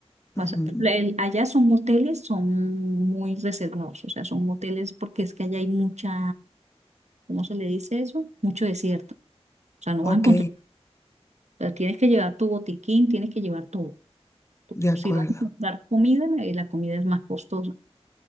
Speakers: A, on the right; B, on the left.
A: pasa-
B: Ujú.
A: el- allá son moteles, son muy reservados, o sea, son moteles porque es que allá hay mucha, ¿cómo se le dice eso? Mucho desierto. O sea, no
B: Ok,
A: vas a encontrar O sea, tienes que llevar tu botiquín, tienes que llevar todo.
B: de acuerdo.
A: Si vas a comprar comida, eh, la comida es más costosa.